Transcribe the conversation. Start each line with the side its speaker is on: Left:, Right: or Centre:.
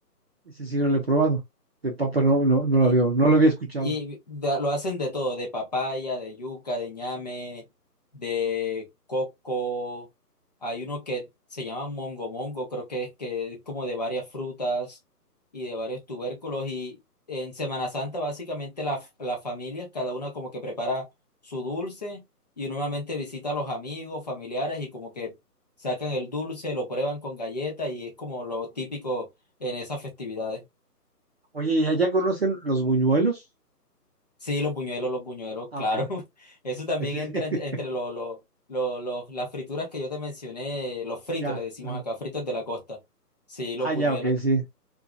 Right: Ese sí no lo he probado. De papa no, no, no
Left: Y
Right: lo había, no lo había escuchado.
Left: Y da- lo hacen de todo, de papaya, de yuca, de ñame, de coco. Hay uno que se llama mongo mongo, creo que es que es como de varias frutas y de varios tubérculos. Y en Semana Santa básicamente la- las familias, cada una como que prepara su dulce y normalmente visita a los amigos, familiares y como que sacan el dulce, lo prueban con galleta y es como lo típico en esas festividades.
Right: Oye, ¿y allá conocen los buñuelos?
Left: Sí, los buñuelos, los buñuelos,
Right: Ah,
Left: claro.
Right: ok.
Left: <laughs> Eso también
Right: Sí,
Left: entra ent- entre,
Right: <laughs>
Left: lo- lo- lo- lo- las frituras que yo te mencioné, los fritos,
Right: ya.
Left: le decimos
Right: ajá.
Left: acá, fritos de la costa. Sí, los
Right: Ah,
Left: buñuelos,
Right: ya, ok, sí.